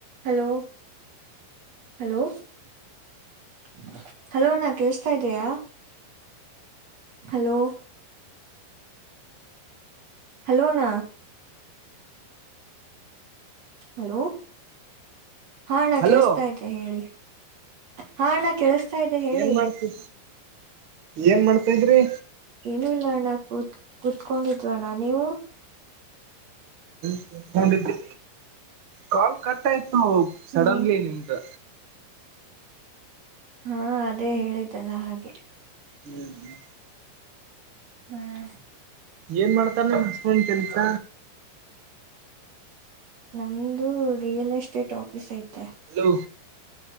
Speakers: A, on the right; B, on the right.
A: Hello hello ಹ್ಮ hello ನಾ ಕೆಲ್ಸ್ಥೈಧಿಯ ಹಲೋ ಹಲೋ ಅಣ್ಣ ಹಲೋ ಹಾ ನಾ
B: ಹಲೋ
A: ಕಳ್ಸ್ತಾ ಇದ ಹೇಳಿ <inaudible> ಹಾ ನಾ ಕೆಲ್ಸಾತೈಧೆ ಹೇಳಿ
B: ಏನ್ ಮಾಡ್ತಿ ಏನ್ ಮಾಡ್ತಿದ್ರಿ
A: ಏನುೂ ಇಲ್ಲ ಅಣ್ಣ ಕೂತ್ ಕುೂತ್ಕೊಂಡ್ ಅಣ್ಣ ನೀವು
B: ಕುತ್ಕೊಂಡಿದ್ದೆ ಕಾಲ್ ಕಟ್ಟ ಆಯ್ತ ಸಡನ್ಲಿ
A: ಹ್ಮ್
B: ನಿಮ್ದು
A: ಹಾ ಅದೇ ಹೇಳಿದ್ದಲ್ಲ ಹಾಗೆ
B: ಹ್ಮ್್ಮ
A: ಹ್ಮ್
B: ಏನ್ ಮಾಡ್ತಾರೆ ನಿಮ್ಮ ಹಸ್ಬೆಂಡ್ ಕೆಲ್ಸ
A: ನಮ್ದು ರಿಯಲ್ ಎಸ್ಟೇಟ್ ಆಫೀಸ್ ಐತೆ
B: ಹಲೋ